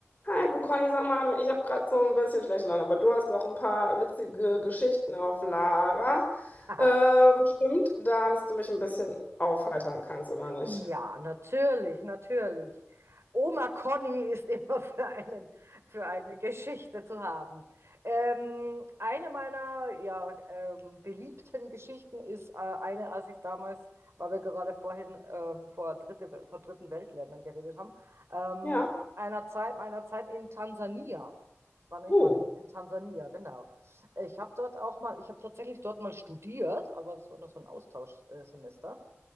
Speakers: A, on the left (about 35°); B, on the right (about 65°).
A: Hi, du Conny, sag mal, ich habe gerade so ein bisschen schlechte Laune, aber du hast auch ein paar witzige Geschichten auf Lager.
B: <laughs> Aha.
A: Äh, bestimmt, damit du mich ein bisschen aufheitern kannst, oder nicht?
B: Ja, natürlich, natürlich. Oma Conny ist immer für einen, für eine Geschichte zu haben. Ähm, eine meiner ja, ähm, beliebten Geschichten ist äh, eine, als ich damals, weil wir gerade vorhin ähm, vor dritte, vor dritten Weltländern geredet haben, ähm,
A: Ja.
B: einer Zeit, meiner Zeit in Tansania. Ich war nämlich
A: Uh,
B: mal in, in Tansania, genau. Ich habe dort auch mal, ich habe tatsächlich dort mal studiert, aber das war nur so ein Austauschsemester.